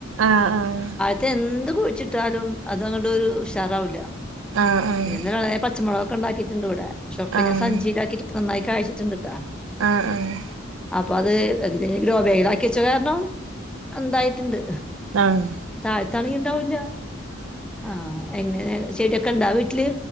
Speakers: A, on the right; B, in the centre.
A: ആഹ് ആഹ്
B: ത് എന്ത് കുഴിച്ചിട്ടാലും അതങ്ങട്ട് ഒരു ഉഷാറാവില്ല
A: ആഹ് ആഹ്
B: പിന്നെവെ പച്ചമുളകൊക്കെ ഉണ്ടാക്കിയിട്ടുണ്ട് ഇവിടെ പക്ഷൊക്കെ
A: ആഹ്
B: ഞാൻ സഞ്ചിയിലാക്കിട്ട് നന്നായി കാഴ്ച്ചിട്ടണ്ട്ട്ടാ
A: ആഹ് ആഹ്
B: അപ്പൊ അത് അതി ഗ്രോപേഗിലാക്കി വെച്ച കാരണം എന്തായിട്ടുണ്ട്
A: ആഹ്
B: താഴ്ത്തണങ്കിണ്ടാവൂല്ല ആഹ് എങ്ങനെ ചെടിയൊക്കെ ഇണ്ടോ വീട്ടില്